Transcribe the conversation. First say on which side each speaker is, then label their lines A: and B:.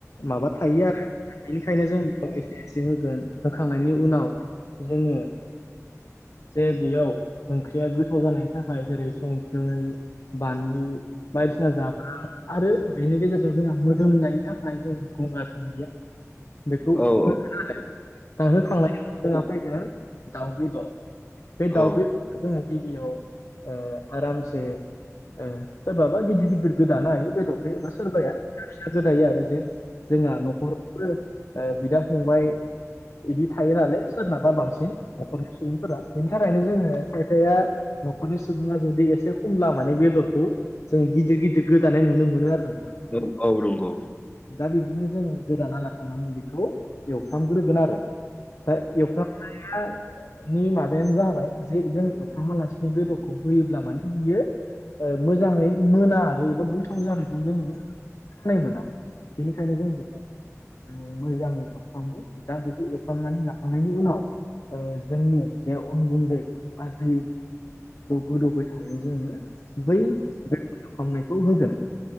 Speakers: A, on the left (about 65°); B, on the left (about 25°).
A: माबा थायो आरो बेनिखायनो जों बेखौ एसे से होगोन होखांनायनि उनाव जोङो जे बेयाव ओंख्रिया गोथाव जानायनि थाखाय जेरै संख्रि बानलु बायदिसिना जाब्रां आरो बेनि गेजेरजों जोंहा मोदोमनायनि थाखाय जों गंगार दुनदिया बेखौ
B: औ
A: होगोन आरो होखांनायनि उनाव जोंहा फैगोन दाउ बेदर बे दाउदखौ
B: औ
A: जोङो गिबियाव आरामसे सोरबाबा गिदिर गिदिर गोदानो हायो बेदरखै एबा सोरबाया गोदायो आरो जे जोंहा न'खराव बिदा फंबाय बिदि थायो नालाय सोरनाबा बांसिन न'खरनि सुबुंफोरा बेनि थाखायनो जोङो खायफाया न'खरनि सुबुङा जुदि एसे खमब्ला माने बेदरखौ जों गिदिर गिदिर गोदानाय नुनो मोनो आरो नोंथां
B: औ औ नंगौ
A: दा बिदिनो जोङो गोदानाा थांनानै बेखौ एवफ्रामग्रोगोन आरो। दा एवफ्रामनाया नि माबायानो जाबाय जे जों एफाम आलासिनि बेदरखौ होयोब्ला माने बियो। मोजाङै मोना आरो एबा गोथाव जानायखौ जोङो खाय मोना बेनिखायनो जोंबोथ' मोजाङै एवफ्रामो दा बेखौ एवफ्रामनानै लाखांनायनि उनाव जोंनि जे उन गुन्दै दै गोदौबाय थानायाव जोङो बै खालामनायखौ होगोन